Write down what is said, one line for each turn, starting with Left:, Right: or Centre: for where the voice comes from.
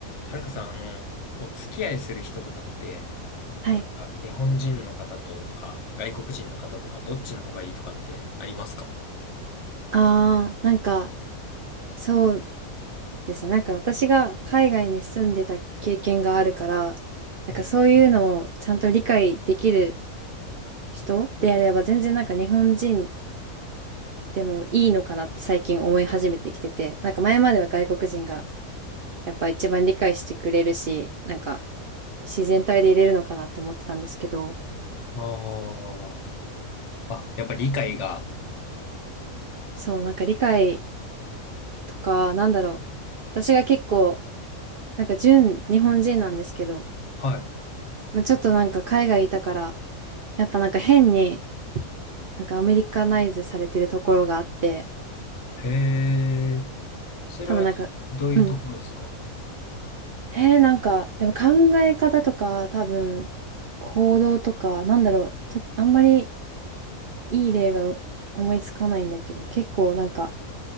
Left: はるかさん、あの、お付き合いする人とかって、
Right: はい。
Left: なんか日本人の方とか、外国人の方とか、どっちの方がいいとかってありますか
Right: ああ、なんか、そうですね。なんか私が海外に住んでた経験があるから、なんかそういうのをちゃんと理解できる
Left: うん。
Right: 人であれば、全然なんか日本人でもいいのかなって最近思い始めてきてて、なんか前までは外国人がやっぱ一番理解してくれるし、なんか自然体でいれるのかなって思ってたんですけど、
Left: ああ、あ、やっぱり理解が、
Right: そう、なんか理解とか、なんだろう。私が結構、なんか純日本人なんですけど、
Left: は
Right: まあ、ちょっとなんか海外いたから、やっぱなんか変になんかアメリカナイズされてるところがあって、
Left: い。へえ。それはどういうところですか
Right: 多分なんか、うん。えー、なんか、でも考え方とか多分行動とか、なんだろう、と、あんまりいい例が思いつかないんだけど、結構なんか、